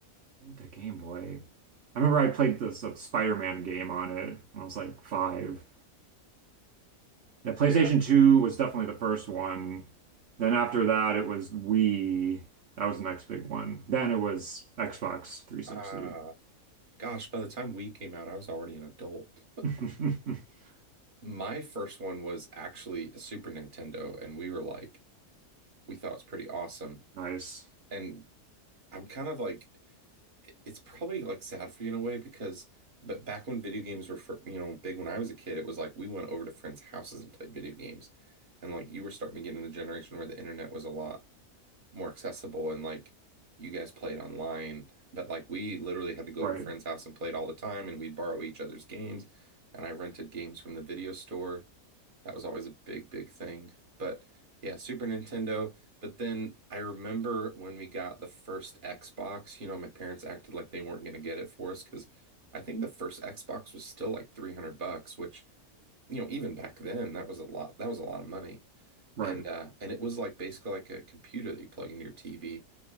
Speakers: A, on the right (about 55°); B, on the right (about 35°).
A: the Game Boy. I remember I played this uh, Spider-Man game on it when I was like five. Yeah, PlayStation
B: Yeah.
A: 2 was definitely the first one. Then after that, it was Wii. That was the next big one. Then it was Xbox 360.
B: Uh gosh, by the time we came out, I was already an adult.
A: <laughs>
B: <laughs> My first one was actually a Super Nintendo and we were like we thought it was pretty awesome.
A: Nice.
B: And I'm kind of like it's probably like sad for you in a way because but back when video games were fir- you know big when I was a kid it was like we went over to friends' houses and played video games and like you were starting to get in the generation where the internet was a lot more accessible and like you guys played online but like we literally had to go
A: Right.
B: over to friends' house and played all the time and we'd borrow each other's games and I rented games from the video store that was always a big, big thing. But yeah, Super Nintendo. But then I remember when we got the first Xbox, you know, my parents acted like they weren't going to get it for us because I think the first Xbox was still like 300 bucks, which, you know, even back then, that was a lot. That was a lot of money.
A: Right.
B: And uh and it was like basically like a computer that you plug into your TV.